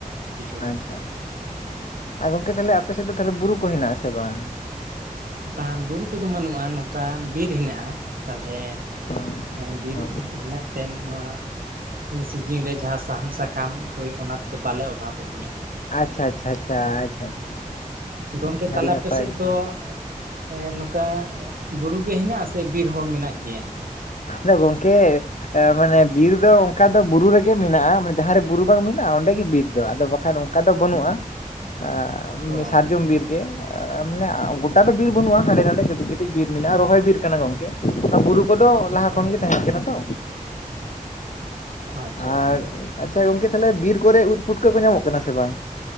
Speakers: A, on the right; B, on the left.
A: ᱠᱤᱪᱷᱩ ᱫᱚ
B: ᱟᱪᱪᱷᱟ ᱟᱪᱪᱷᱟ ᱟᱨ ᱜᱚᱝᱠᱮ ᱛᱟᱦᱚᱞᱮ ᱟᱯᱮ ᱥᱮᱫ ᱫᱚ ᱛᱟᱦᱚᱞᱮ ᱵᱩᱨᱩ ᱠᱚ ᱦᱮᱱᱟᱜ ᱟᱥᱮ ᱵᱟᱝ?
A: ᱵᱟᱝ ᱵᱩᱨᱩ ᱠᱚᱫᱚ ᱵᱟᱹᱱᱩᱜᱼᱟ ᱱᱚᱝᱠᱟ ᱵᱤᱨ ᱦᱮᱱᱟᱜᱼ ᱼᱟ ᱛᱟᱦᱚᱞᱮ
B: ᱚ
A: ᱦᱮᱸ ᱵᱤᱨ ᱦᱮᱱᱟᱜ ᱛᱮᱱ ᱱᱚᱣᱟ ᱥᱤᱡᱤᱱ ᱨᱮ ᱡᱟᱦᱟᱸ ᱥᱟᱦᱟᱱ ᱥᱟᱠᱟᱢ ᱦᱳᱭ ᱚᱱᱟ ᱛᱮᱫᱚ ᱵᱟᱞᱮ ᱚᱵᱷᱟᱵᱚᱜ ᱜᱮᱭᱟ
B: ᱟᱪᱪᱷᱟ ᱟᱪᱪᱷᱟ ᱟᱪᱪᱷᱟ
A: ᱟᱜ
B: ᱟᱪᱪᱷᱟ
A: ᱜᱚᱝᱠᱮ ᱛᱟᱦᱞᱮ
B: ᱟᱹᱰᱤ
A: ᱟᱯᱮ
B: ᱱᱟᱯᱟᱭ
A: ᱥᱮᱫ
B: ᱟᱹᱰᱤ ᱱᱟᱯᱟᱭ
A: ᱫᱚ ᱦᱮᱸ ᱱᱚᱝᱠᱟ ᱵᱩᱨᱩ ᱜᱮ ᱦᱮᱱᱟᱜᱼᱟ ᱥᱮ ᱵᱤᱨ ᱦᱚᱸ ᱢᱮᱱᱟᱜ ᱜᱮᱭᱟ?
B: ᱟᱫᱚ ᱜᱚᱢᱠᱮᱼ ᱢᱟᱱᱮ ᱵᱤᱨ ᱫᱚ ᱚᱱᱠᱟ ᱫᱚ ᱵᱩᱨᱩ ᱨᱮᱜᱮ ᱢᱮᱱᱟᱜᱼᱟ ᱢᱟᱱᱮ ᱡᱟᱦᱟᱸᱨᱮ ᱵᱩᱨᱩ ᱵᱟᱝ ᱢᱮᱱᱟᱜᱼᱟ ᱚᱸᱰᱮ ᱜᱮ ᱵᱤᱨ ᱫᱚ ᱟᱫᱚ ᱵᱟᱠᱷᱟᱱ <inaudible> ᱚᱱᱠᱟ ᱫᱚ ᱵᱟᱹᱱᱩᱜᱼᱟ ᱟᱫ
A: ᱦᱚ
B: ᱥᱟᱨᱡᱚᱢ ᱟ ᱵᱤᱨ ᱜᱮ ᱢᱟᱱᱮ ᱜᱚᱴᱟ
A: ᱦᱮᱸ
B: ᱫᱚ ᱵᱤᱨ ᱵᱟᱹᱱᱩᱜᱼᱟ ᱦᱟᱸᱰᱮ ᱱᱟᱰᱮ ᱠᱟᱹᱴᱤᱡ ᱠᱟᱹᱴᱤᱡ ᱵᱤᱨ ᱢᱮᱱᱟᱜᱼᱟ ᱨᱚᱦᱚᱭ ᱵᱤᱨ ᱠᱟᱱᱟ ᱜᱚᱝᱠᱮ ᱵᱩᱨᱩ ᱠᱚᱫᱚ ᱞᱟᱦᱟ ᱠᱷᱚᱱ
A: ᱚ
B: ᱜᱮ ᱛᱟᱦᱮᱸ ᱠᱟᱱᱟ ᱛᱚ
A: ᱟᱪᱪᱷᱟ
B: ᱟᱨ
A: ᱟᱪᱪᱷᱟ
B: ᱟᱪᱪᱷᱟ ᱜᱚᱝᱠᱮ ᱛᱟᱦᱚᱞᱮ ᱵᱤᱨ ᱠᱚᱨᱮ ᱩᱫ ᱯᱩᱴᱠᱟᱹ ᱠᱚ ᱧᱟᱢᱚᱜ ᱠᱟᱱᱟ ᱥᱮ ᱵᱟᱝ